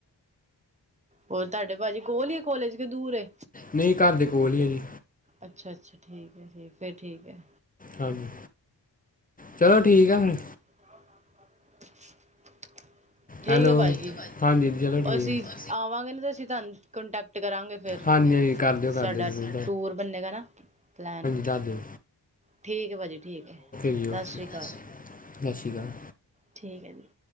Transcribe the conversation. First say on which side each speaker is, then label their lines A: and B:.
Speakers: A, on the right; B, on the left.
A: ਹੋਰ ਤੁਹਾਡੇ ਭਾਜੀ ਕੋਲ ਹੀ ਕੋਲੇਜ, ਕੇ ਦੂਰ ਏ?
B: ਨਹੀਂ ਘਰ ਦੇ ਕੋਲ ਹੀ ਆ ਜੀ।
A: ਅੱਛਾ-ਅੱਛਾ, ਠੀਕ ਹੈ-ਠੀਕ ਐ, ਫਿਰ ਠੀਕ ਹੈ।
B: ਹਾਂਜੀ, ਚਲੋ ਠੀਕ ਆ ਫਿਰ।
A: <inaudible> ਠੀਕ
B: ਹੈਲੋ
A: ਐ ਭਾਜੀੱ,
B: ਹਾਂਜੀ ਚਲੋ ਠੀਕ
A: ਅਸੀਂ ਆਵਾਂਗੇ ਨਾ ਤਾਂ ਅਸੀਂ ਤੁਹਾਨੂੰ ਕੋਂਟੈਕਟ ਕਰਾਂਗੇ ਫਿਰ
B: ਹਾਂਜੀ ਹਾਂਜੀ ਕਰ ਦਿਓ ਕਰ
A: ਸਾਡਾ
B: ਦਿਓ ਜ਼ਰੂਰ
A: ਟੂਰ ਬੰਨੇਗਾ ਨਾ, ਪਲੈਨ।
B: ਦਾਦੇ
A: ਠੀਕ ਏ ਭਾਜੀ, ਠੀਕ ਏ।
B: ਜੀ
A: ਸਤਿ
B: ਓਕੇ
A: ਸ਼੍ਰੀ ਅਕਾਲ।
B: ਸਤਿ ਸ਼੍ਰੀ ਅਕਾਲ।
A: ਠੀਕ ਹੈ ਜੀ।